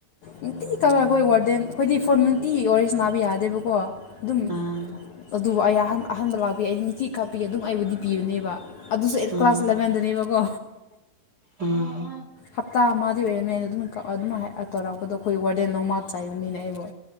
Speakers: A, on the left; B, on the right.
A: ꯅꯨꯡꯇꯤ ꯀꯛꯔ ꯑꯩꯈꯣꯏ ꯋꯥꯔꯗꯦꯟ ꯑꯩꯈꯣꯏꯗꯤ ꯐꯣꯟ ꯅꯨꯡꯇꯤꯒꯤ ꯋꯥꯔꯤꯔꯁ ꯅꯥꯕ ꯌꯥꯗꯦꯕꯀꯣ ꯑꯗꯨꯝ
B: ꯑꯥ
A: ꯑꯗꯨꯕꯨ ꯑꯩ ꯑꯍꯟ ꯑꯍꯟꯗ ꯂꯥꯛꯄꯤ ꯑꯩ ꯅꯨꯡꯇꯤ ꯀꯥꯞꯄꯤ ꯑꯗꯨꯝ ꯑꯩꯕꯨꯗꯤ ꯄꯤꯔꯨꯅꯦꯕ ꯑꯗꯨꯁꯨ ꯑꯩꯠ
B: ꯎꯝ
A: ꯀ꯭ꯂꯥꯁ ꯏꯂꯚꯦꯟꯗꯅꯦꯕꯀꯣ
B: ꯎꯝ
A: ꯍꯞꯇꯥ ꯑꯃꯗꯤꯗꯤ ꯑꯣꯏꯔꯝꯅꯤ ꯍꯥꯏꯅ ꯑꯗꯨꯝ ꯑꯗꯨꯝ ꯇꯧꯔꯛꯄꯗꯣ ꯑꯩꯈꯣꯏ ꯋꯥꯔꯗꯦꯟ ꯅꯣꯡꯃꯥꯛ ꯆꯥꯏꯕꯅꯤꯅ ꯑꯩꯕꯣ